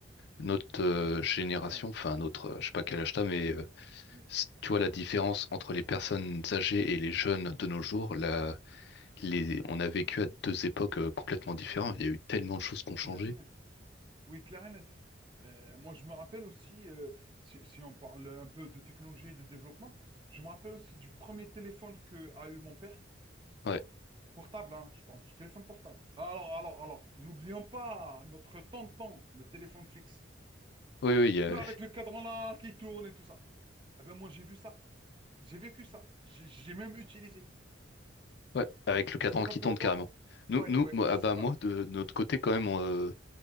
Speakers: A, on the left; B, on the right.
A: notre euh, génération,
B: Ouais.
A: enfin notre, euh, je sais pas quel âge t'as, mais euh,
B: Oui,
A: c- tu vois la différence entre les personnes âgées et les jeunes de nos jours,
B: Oui,
A: là,
B: ouais.
A: les, on a vécu à deux époques euh, complètement différentes. Il y a eu tellement de choses qui ont
B: Clair
A: changé.
B: et net. Oui, clair et net. Euh, moi, je me rappelle aussi, euh, si, si on parle un peu de technologie et de développement, je me rappelle aussi du premier téléphone que a eu mon père.
A: Ouais,
B: Portable, hein, je parle du téléphone portable. Alors, alors, alors, n'oublions pas notre tonton, le téléphone fixe.
A: oui, oui, il y a-
B: Plus avec le cadran là qui tourne et tout ça. Eh ben moi, j'ai vu ça. J'ai vécu ça. J'ai j'ai même utilisé.
A: ouais, avec le cadran
B: Je sais
A: qui
B: pas pour
A: tourne
B: toi.
A: carrément. Nous,
B: Ouais,
A: nous,
B: ouais,
A: moi,
B: je
A: ah
B: sais
A: bah
B: pas.
A: moi de notre côté quand même,